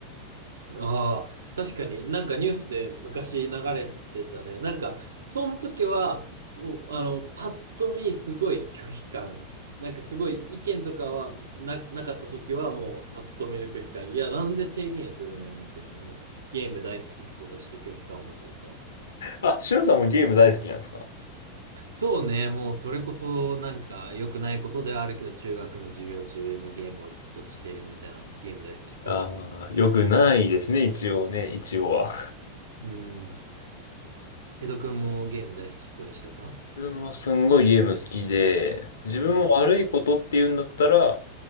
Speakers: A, on the right (about 70°); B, on the left (about 65°).
A: ああ、確かになんかニュースで昔流れてたね。なんか、その時は、もう、あの、パッと見すごい拒否感。なんかすごい意見とかはな、なかった時はもうパッと見の拒否感。いや、なんで制限するねんみたいな。もう、ゲーム大好きっ子として拒否感を持っちゃったわ。
B: あ、しゅんさんもゲーム大好きなんですか
A: そうね、もうそれこそなんか良くないことではあるけど、中学の授業中にゲームをずっとしてるみたいな、ゲーム大好きっ子ではあった。
B: ああー、よくないですね、一応ね、一応は。
A: うん。江戸くんもゲーム大好きっ子でしたか
B: 自分はすんごいゲーム好きで、自分も悪いことって言うんだったら、
A: うん。